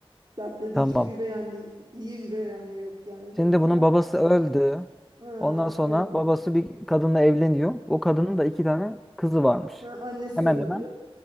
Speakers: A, on the right; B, in the centre.
A: Dertledi.
B: Tamam.
A: Hiç mi üvey anne, iyi üvey anne yok yani değil
B: Şimdi
A: mi? İlla
B: bunun babası öldü.
A: ha,
B: Ondan sonra
A: öldü.
B: babası bir kadınla evleniyor. O kadının da iki tane kızı varmış.
A: Ha, annesi
B: Hemen
A: öldü.
B: hemen.